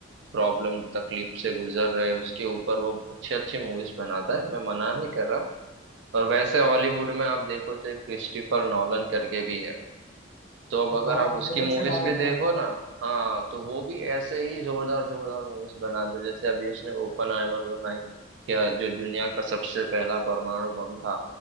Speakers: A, on the right; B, on the left.
A: प्रॉब्लम तकलीफ से गुजर रहे हैं उसके ऊपर वो अच्छे अच्छे मूवीज बनाता है मैं मना नहीं कर रहा और वैसे हॉलीवुड में आप देखो तो एक क्रिस्टोफर नॉलन करके भी है तो अब अगर
B: हाँ
A: आप उसकी
B: बहुत अच्छे
A: मूवीज
B: डायरेक्टर
A: भी देखो
B: हैं
A: ना हाँ तो वो भी ऐसे ही जोरदार जोरदार मूवीज बनाते हैं। जैसे अभी उसने ओपन आइमर बनाई क्या जो दुनिया का सबसे पहला परमाणु बम था